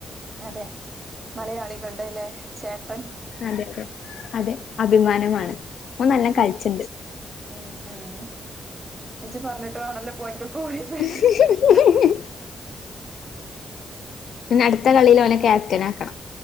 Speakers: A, on the right (about 20°); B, on the left (about 70°).
A: അതെ മലയാളികളുടെല്ലേ, ചേട്ടൻ.
B: അതെ അതെ, അതെ അഭിമാനമാണ്.
A: <unintelligible>
B: ഓൻ നല്ലോം കളിച്ചിണ്ട്
A: ഉം ഉം എനിജി പറഞ്ഞിട്ട് വേണല്ലോ പ്പോനിക്ക് <unintelligible>
B: ആഹ്
A: കിട്ടാ
B: പിന്നടുത്ത കളീല് ഓനെ ക്യാപ്റ്റനാക്കണം.